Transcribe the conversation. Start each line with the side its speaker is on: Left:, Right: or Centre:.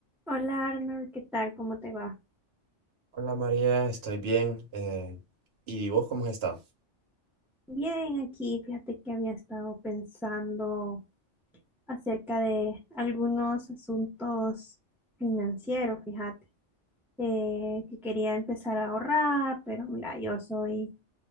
Centre: Hola Arnold, ¿qué tal? ¿Cómo te va?
Right: Hola María, estoy bien. eh, ¿y vos cómo has estado?
Centre: Bien, aquí fíjate que había estado pensando acerca de algunos asuntos financieros, fíjate, eh, que quería empezar a ahorrar, pero mira, yo soy